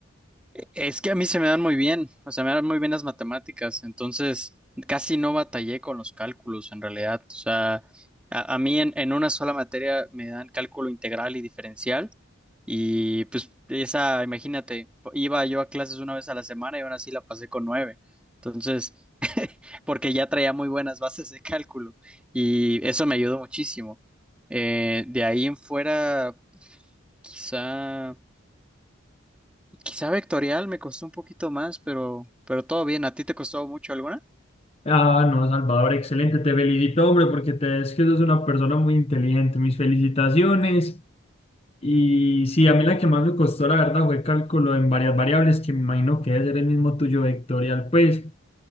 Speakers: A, in the centre; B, on the left (about 30°).
A: Es que a mí se me dan muy bien, o sea, me dan muy bien las matemáticas, entonces casi no batallé con los cálculos en realidad, o sea, a, a mí en, en una sola materia me dan cálculo integral y diferencial y pues esa, imagínate, iba yo a clases una vez a la semana y aún así la pasé con nueve, entonces, <laughs> porque ya traía muy buenas bases de cálculo y eso me ayudó muchísimo. Eh, de ahí en fuera, quizá... Quizá vectorial me costó un poquito más, pero, pero todo bien. ¿A ti te costó mucho alguna?
B: Ah, no, Salvador, excelente, te felicito, hombre, porque te es que sos una persona muy inteligente, mis felicitaciones. Y sí, a mí la que más me costó, la verdad, fue cálculo en varias variables, que me imagino que debe ser el mismo tuyo vectorial, pues.